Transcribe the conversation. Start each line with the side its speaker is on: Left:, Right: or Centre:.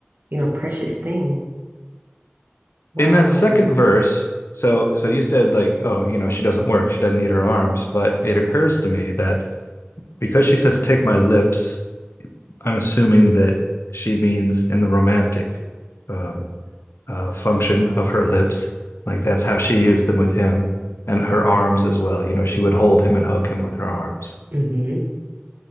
Right: you know, precious thing. Wow.
Left: In that second verse, so so you said like, oh, you know, she doesn't work. She doesn't need her arms, but it occurs to me that because she says take my lips, I'm assuming that she means in the romantic um, uh, function of her lips. Like that's how she used them with him and her arms as well. You know, she would hold him and hug him with her arms.
Right: Mm-hmm.